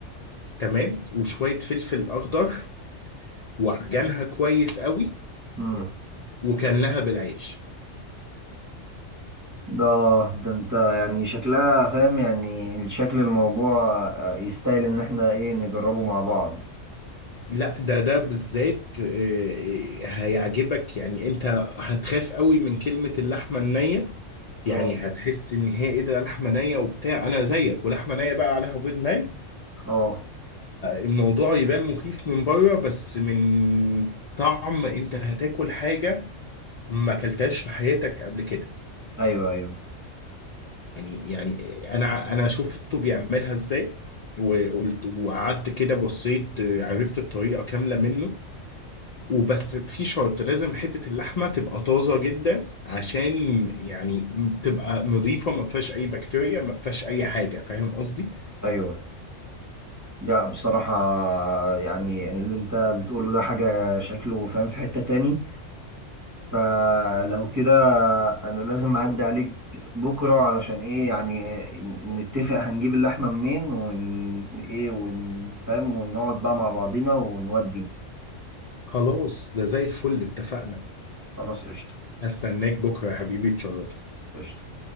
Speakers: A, on the left; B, on the right.
A: تمام وشوية فلفل اخضر وعجنها كويس قوي
B: اه
A: وكلها بالعيش
B: ده ده انت يعني شكلها فاهم يعني الشكل الموضوع آه، يستاهل ان احنا ايه نجربه مع بعض
A: لا ده ده بالذات آه، آه، هيعجبك يعني انت هتخاف قوي من كلمة اللحمة النية
B: اه
A: يعني هتحس ان هي ايه ده لحمة نية وبتاع انا زيك ولحمة نية بقى عليها بيض ني
B: اه
A: الموضوع يبان مخيف من بره بس من طعم انت هتاكل حاجة ما اكلتهاش في حياتك قبل كده
B: ايوه ايوه
A: يعني يعني انا انا شفته بيعملها ازاي وقلت وقعدت كده بصيت عرفت الطريقة كاملة منه وبس في شرط لازم حتة اللحمة تبقى طازة جدا عشان يعني تبقى نظيفة ما فيهاش أي بكتيريا ما فيهاش أي حاجة فاهم قصدي؟
B: ايوه لا بصراحة يعني اللي انت بتقوله ده حاجة شكله فاهم في حتة تاني فلو كده انا لازم اعدي عليك بكرة علشان ايه يعني نتفق هنجيب اللحمة منين ون ايه ونفهم ونقعد بقى مع بعضينا ونودي
A: خلاص ده زي الفل اتفقنا
B: خلاص قشطة
A: هستناك بكرة يا حبيبي تشرفني
B: قشطة